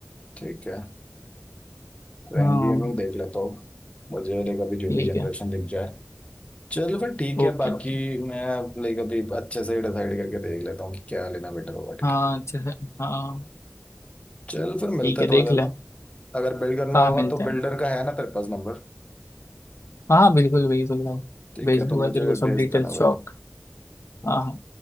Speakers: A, on the left (about 25°); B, on the left (about 80°).
A: ठीक है तो
B: हाँ
A: एन वी ए में ही देख लेता हूँ मुझे लाइक अभी जो
B: ठीक
A: भी जनरेशन
B: है
A: दिख जाए चलो फिर ठीक है
B: Okay
A: बाकी
B: okay
A: मैं लाइक अभी अच्छे से ही डिसाइड करके देख लेता हूँ कि क्या लेना बेटर होगा ठीक
B: हाँ
A: है।
B: अच्छा है, हाँ
A: चल फिर मिलते
B: ठीक
A: हैं
B: है देख
A: थोड़ी देर
B: ले
A: में अगर बिल्ड करना
B: हाँ
A: होगा
B: मिलते
A: तो
B: हैं
A: बिल्डर का है ना तेरे पास नंबर
B: हाँ हाँ, बिल्कुल बिल्कुल भाई
A: ठीक
B: भेज
A: है तो
B: दूंगा
A: मुझे
B: तेरे को सब
A: भेज
B: डिटेल्स
A: देना
B: शॉप
A: भाई
B: हाँ हाँ